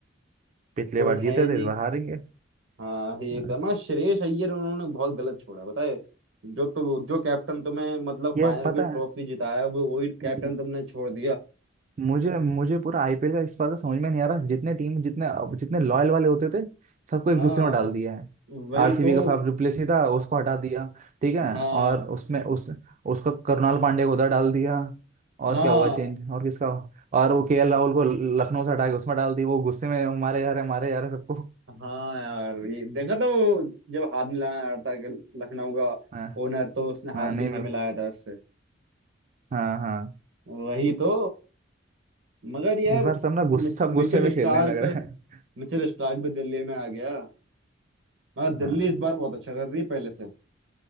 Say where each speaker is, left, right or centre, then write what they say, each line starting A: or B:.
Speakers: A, on the right (about 40°); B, on the right (about 70°).
A: पिछले
B: कोई
A: बार जीते
B: है ही नहीं
A: थे इस बार हारेंगे
B: हाँ ये
A: हाँ।
B: तो है। मगर श्रेयस अय्यर उन्होंने बहुत गलत छोड़ा बताए जो तो जो कैप्टन तुम्हें मतलब
A: यार
B: फाइनल
A: पता
B: की ट्रॉफी जिताया वो वही कैप्टन
A: है
B: तुमने छोड़ दिया
A: मुझे मुझे पूरा आईपीएल का इस बार का समझ में नहीं आ रहा जितने टीम जितने अब जितने लॉयल वाले होते थे सबको एक
B: हाँ
A: दूसरे में डाल दिया है
B: वही
A: आरसीबी
B: तो
A: का फाफ डुप्लेसी था उसको हटा दिया ठीक है
B: हाँ
A: और उसमें उस उसका करुणाल पांडे को उधर डाल दिया और
B: हाँ
A: क्या हुआ चेंज और किसका और वो केएल राहुल को लखनऊ से हटा के उसमें डाल दी वो गुस्से में मारे जा रहे मारे जा रहे सबको
B: हाँ यार ये देखा था वो जब हाथ मिलाना आ रहा था कि लखनऊ का
A: हाँ
B: ओनर तो उसने हाथ
A: हाँ नहीं
B: भी नहीं
A: मिला
B: मिलाया था उससे
A: हाँ हाँ
B: वही तो मगर यार
A: इस बार सब ना
B: Mi-
A: गुस्सा सब गुस्से
B: Mitchell
A: में
B: Starc
A: खेलने लग रहे हैं
B: Mitchell Starc भी दिल्ली में आ गया मगर दिल्ली
A: हाँ
B: इस बार बहुत अच्छा कर रही है पहले से